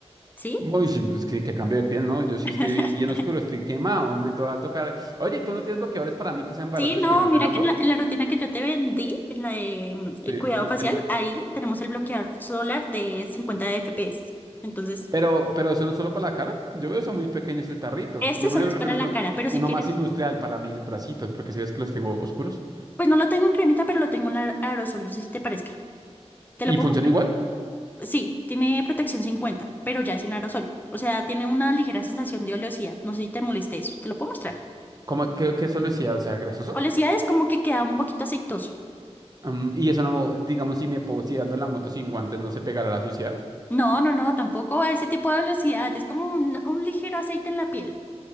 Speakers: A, on the left; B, on the right.
A: ¿sí?
B: Uy, sí, pues sí, que cambio de piel, ¿no? Yo sí estoy
A: <laughs>
B: bien oscuro, estoy quemado, me to- va a tocar. Oye, ¿tú no tienes bloqueadores para mí que sean baratos
A: Sí, no,
B: y que vengan
A: mira
B: harto?
A: que en la, en la rutina que yo te vendí, en la de mm, eh,
B: Sí,
A: cuidado
B: el-
A: facial,
B: el-
A: ahí tenemos el bloqueador solar de 50 FPS. Entonces,
B: Pero, pero eso no es solo para la cara. Yo veo eso muy pequeño este tarrito.
A: este
B: Yo
A: solo
B: me
A: es
B: refiero
A: para la
B: a uno,
A: cara, pero si
B: uno
A: quieres,
B: más industrial para mis bracitos, porque si ves que los tengo oscuros.
A: pues no lo tengo en cremita, pero lo tengo en la- aerosol, no sé si te parezca. ¿Te
B: ¿Y
A: lo pongo?
B: funciona igual?
A: Sí, tiene protección 50, pero ya es en aerosol. O sea, tiene una ligera sensación de oleosidad. No sé si te moleste eso. Te lo puedo mostrar.
B: como qué qué solo decía, o sea, grasoso?
A: Oleosidad es como que queda un poquito aceitoso.
B: Mm, y eso no, digamos, si me puedo, si dando en la moto sin guantes, ¿no se pegará a la suciedad?
A: No, no, no, tampoco a ese tipo de oleosidad. Es como un, un ligero aceite en la piel.